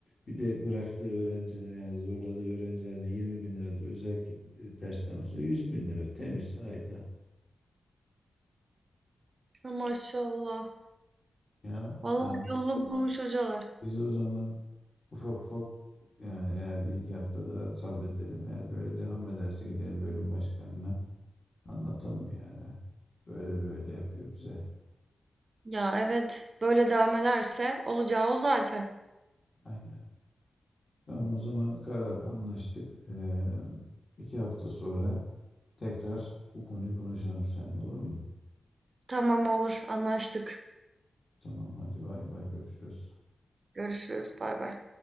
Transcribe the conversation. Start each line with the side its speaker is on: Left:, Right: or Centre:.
Left: bir de bıraktığı öğrenciler yani zorladığı öğrencilerden 20 bin lira da özel ki- e, dersten olsa 100 bin lira temiz ayda.
Right: Ya, maşallah.
Left: Ya
Right: Vallahi
Left: ben
Right: yolunu bulmuş hocalar.
Left: biz o zaman ufak ufak yani eğer bir iki hafta daha sabredelim eğer böyle devam ederse gidelim bölüm başkanına anlatalım yani. Böyle böyle yapıyor bize.
Right: Ya, evet, böyle devam ederse olacağı o zaten.
Left: Aynen. Tamam o zaman karar anlaştık. Ee, iki hafta sonra Tekrar bu konuyu konuşalım seninle olur mu?
Right: Tamam, olur, anlaştık.
Left: Tamam hadi bay bay görüşürüz.
Right: Görüşürüz, bay bay.